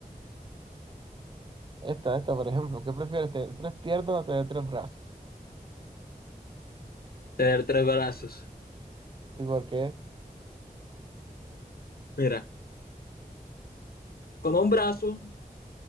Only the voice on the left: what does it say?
Tener tres brazos.
Mira, con un brazo,